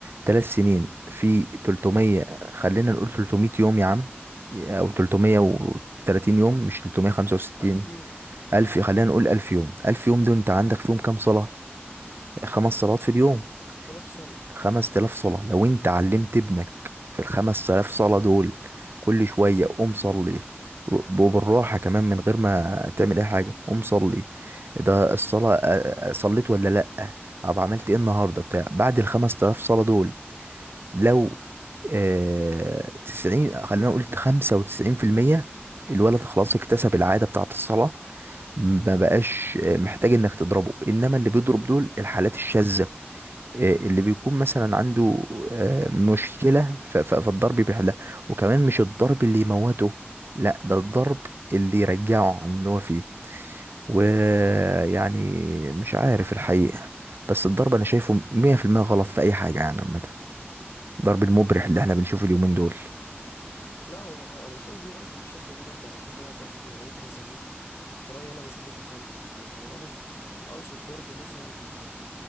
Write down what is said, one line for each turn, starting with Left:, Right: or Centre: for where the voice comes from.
Right: تلات سنين في تلتمية خلينا نقول تلتمية يوم يا عم أو تلتمية وتلاتين يوم مش تلتمية خمسة وستين
Left: 1000 يورو
Right: ألف خلينا نقول ألف يوم ألف يوم دول أنت عندك فيهم كام صلاة خمس صلوات في اليوم
Left: 5000 صنم
Right: 5000 صلاة لو انت علمت ابنك في الخمس آلاف صلاة دول كل شوية قوم صلي رو- وبالراحة كمان من غير ما تعمل أي حاجة قوم صلي ده الصلاة آه، آه، صليت ولا لأ أو عملت إيه النهاردة بتاع بعد الخمس آلاف صلاة دول لو آه تسعين خلينا نقول خمسة وتسعين في المية الولد خلاص اكتسب العادة بتاعة الصلاة ما بقاش آه، محتاج إنك تضربه إنما اللي بيضرب دول الحالات الشاذة آه، اللي بيكون مثلا عنده آه، مشكلة ف- ف- فالضرب بيحلها وكمان مش الضرب اللي يموته لا ده الضرب اللي يرجعه عن اللي هو فيه ويعني مش عارف الحقيقة بس الضرب أنا شايفه 100% غلط في أي حاجة يعني عامة الضرب المبرح اللي
Left: فاهمك
Right: احنا بنشوفه اليومين دول
Left: لا هو انا مش قصدي ضرب بالشكل ده برضه علشان ده ده اسمه انا ممكن اسميه في في رأيي انا بسميه تخلف لكن انا بس اقصد ضرب مثلا ان